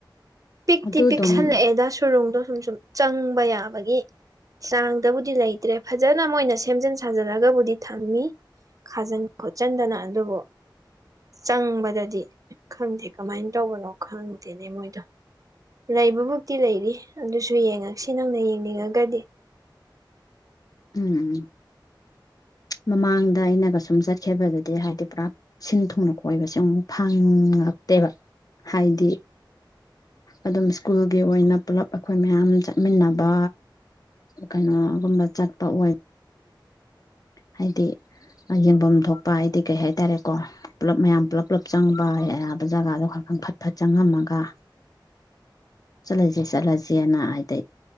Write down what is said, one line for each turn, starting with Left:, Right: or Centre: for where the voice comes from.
Right: ꯄꯤꯛꯇꯤ
Left: ꯑꯗꯨ ꯑꯗꯨꯝ
Right: ꯄꯤꯛꯁꯜꯂꯛꯑꯦꯗ ꯁꯨꯔꯣꯡꯗꯣ ꯁꯨꯝ ꯁꯨꯝ ꯆꯪꯕ ꯌꯥꯕꯒꯤ ꯆꯥꯡꯗꯕꯨꯗꯤ ꯂꯩꯇ꯭ꯔꯦ ꯐꯖꯅ ꯃꯣꯏꯅ ꯁꯦꯝꯖꯤꯟ ꯁꯥꯖꯤꯜꯂꯒꯕꯨꯗꯤ ꯊꯝꯃꯤ ꯈꯥꯖꯤꯟ ꯈꯣꯠꯆꯤꯟꯗꯅ ꯑꯗꯨꯕꯨ ꯆꯪꯕꯗꯗꯤ ꯈꯪꯗꯦ ꯀꯃꯥꯏꯅ ꯇꯧꯕꯅꯣ ꯈꯪꯗꯦꯅꯦ ꯃꯣꯏꯗꯣ ꯂꯩꯕꯃꯨꯛꯇꯤ ꯂꯩꯔꯤ ꯑꯗꯨꯁꯨ ꯌꯦꯡꯉꯛꯁꯤ ꯅꯪꯅ ꯌꯦꯡꯅꯤꯡꯉꯒꯗꯤ
Left: ꯎꯝ ꯎꯝ ꯃꯃꯥꯡꯗ ꯑꯩꯅꯒ ꯁꯨꯝ ꯆꯠꯈꯤꯕꯗꯗꯤ ꯍꯥꯏꯕꯗꯤ ꯄꯨꯔꯥ ꯁꯤꯟ ꯊꯨꯡꯅ ꯀꯣꯏꯕꯁꯦ ꯑꯃꯨꯛ ꯐꯪꯉꯛꯇꯦꯕ ꯍꯥꯏꯗꯤ ꯑꯗꯨꯝ ꯁ꯭ꯀꯨꯜꯒꯤ ꯑꯣꯏꯅ ꯄꯨꯂꯞ ꯑꯩꯈꯣꯏ ꯃꯌꯥꯝ ꯆꯠꯃꯤꯟꯅꯕ ꯀꯩꯅꯣꯒꯨꯝꯕ ꯆꯠꯄ ꯑꯣꯏꯕ ꯍꯥꯏꯗꯤ ꯌꯦꯡꯐꯝ ꯊꯣꯛꯄ ꯍꯥꯏꯗꯤ ꯀꯩ ꯍꯥꯏꯇꯥꯔꯦꯀꯣ ꯄꯨꯂꯞ ꯃꯌꯥꯝ ꯄꯨꯂꯞ ꯄꯨꯂꯞ ꯆꯪꯕꯕ ꯖꯒꯥꯗꯣ ꯈ ꯈꯪ ꯐꯠ ꯐꯠ ꯆꯪꯉꯝꯃꯒ ꯆꯠꯂꯁ ꯆꯠꯂꯁꯦꯅ ꯍꯥꯏꯗꯤ